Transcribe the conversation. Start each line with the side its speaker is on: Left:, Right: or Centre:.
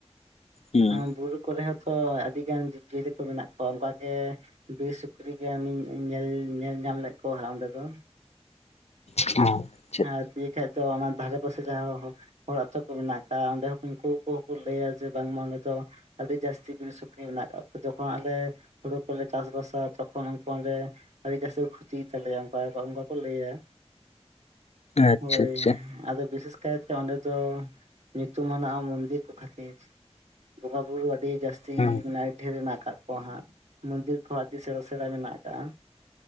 Left: ᱦᱩᱸ
Right: ᱮᱸ ᱵᱩᱨᱩ ᱠᱚᱨᱮ ᱦᱚᱸ ᱛᱚ ᱟᱹᱰᱤ ᱜᱟᱱ ᱡᱤᱵᱽᱡᱤᱭᱟᱹᱞᱤ ᱠᱚ ᱢᱮᱱᱟᱜ ᱠᱚᱣᱟ, ᱚᱱᱠᱟᱜ ᱜᱮ ᱵᱤᱨ ᱥᱩᱠᱨᱤ ᱜᱟᱱᱤᱧ ᱧᱮᱞ ᱧᱮᱞ ᱧᱟᱢ ᱞᱮᱫ ᱠᱚᱣᱟ ᱦᱟᱸᱜ ᱚᱸᱰᱮ ᱫᱚ
Left: <unintelligible>
Right: ᱟᱨᱮ ᱫᱤᱭᱮ ᱠᱷᱟᱡ ᱫᱚ ᱚᱱᱟ ᱫᱷᱟᱨᱮ ᱯᱟᱥᱮ ᱡᱟᱦᱟᱸ ᱦᱚᱲ ᱟᱛᱳ ᱠᱚ ᱢᱮᱱᱟᱜ ᱟᱠᱟᱫ ᱚᱸᱰᱮ ᱦᱚᱸ ᱩᱱᱠᱩ ᱠᱚᱠᱚ ᱞᱟᱹᱭᱟ ᱡᱮ ᱵᱟᱝᱢᱟ ᱚᱸᱰᱮ ᱫᱚ ᱟᱹᱰᱤ ᱡᱟᱹᱥᱛᱤ ᱵᱤᱨ ᱥᱩᱠᱨᱤ ᱢᱮᱱᱟᱜ ᱟᱠᱟᱫ ᱠᱚᱣᱟ ᱡᱚᱠᱷᱚᱱ ᱟᱞᱮ ᱦᱩᱲᱩ ᱠᱚᱞᱮ ᱪᱟᱥ ᱵᱟᱥᱟ ᱛᱚᱠᱷᱚᱱ ᱩᱱᱠᱩ ᱚᱸᱰᱮ᱾ ᱟᱹᱰᱤ ᱡᱟᱹᱥᱛᱤ ᱠᱚ ᱠᱷᱩᱛᱤ ᱜᱮ ᱛᱟᱞᱮᱭᱟ ᱚᱱᱠᱟ ᱚᱱᱠᱟ ᱠᱚ ᱞᱟᱹᱭᱟ᱾
Left: ᱟᱪᱪᱷᱟ
Right: ᱦᱳᱭ
Left: ᱟᱪᱪᱷᱟ
Right: ᱟᱫᱚ ᱵᱤᱥᱮᱥ ᱠᱟᱭᱛᱮ ᱚᱸᱰᱮ ᱫᱚ ᱧᱩᱛᱩᱢᱟᱱᱟᱜ ᱢᱚᱱᱫᱤᱨ ᱠᱚ ᱠᱷᱟᱹᱛᱤᱨ᱾ ᱵᱚᱸᱜᱟᱼᱵᱩᱨᱩ ᱟᱹᱰᱤ ᱡᱟᱹᱥᱛᱤ
Left: ᱦᱩᱸ
Right: ᱟᱰᱤ ᱰᱷᱮᱨ ᱢᱮᱱᱟᱜ ᱠᱟᱜ ᱠᱚᱣᱟ ᱦᱟᱸᱜ᱾ ᱢᱚᱱᱫᱤᱨ ᱠᱚᱦᱚᱸ ᱟᱹᱰᱤ ᱥᱮᱬᱟ ᱥᱮᱬᱟ ᱢᱮᱱᱟᱜ ᱟᱠᱟᱜᱼᱟ᱾